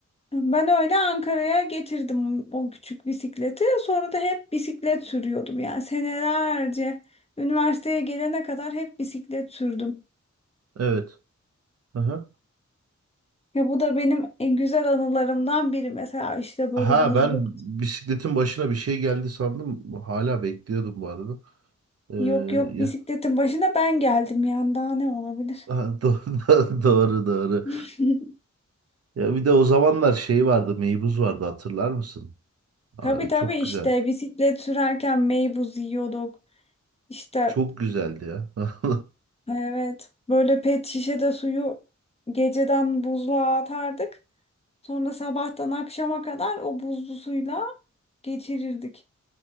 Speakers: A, on the left (about 20°); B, on the right (about 55°).
A: Ben öyle Ankara'ya getirdim o küçük bisikleti. Sonra da hep bisiklet sürüyordum. Yani senelerce üniversiteye gelene kadar hep bisiklet sürdüm.
B: Evet. Aha.
A: Ya bu da benim en güzel anılarımdan biri. Mesela işte böyle
B: Ha
A: buzlu
B: ben bisikletin başına bir şey geldi sandım. Hala bekliyordum bu arada. Ee,
A: Yok yok
B: ya,
A: bisikletin başına ben geldim yani daha ne olabilir?
B: ha, <laughs> doğru, doğru doğru.
A: <laughs>
B: Ya bir de o zamanlar şey vardı, meybuz vardı hatırlar mısın? Aa,
A: Tabii tabii
B: çok
A: işte
B: güzel.
A: bisiklet sürerken meybuz yiyorduk. İşte
B: Çok güzeldi ya. <laughs>
A: evet böyle pet şişede suyu geceden buzluğa atardık. Sonra sabahtan akşama kadar o buzlu suyla geçirirdik.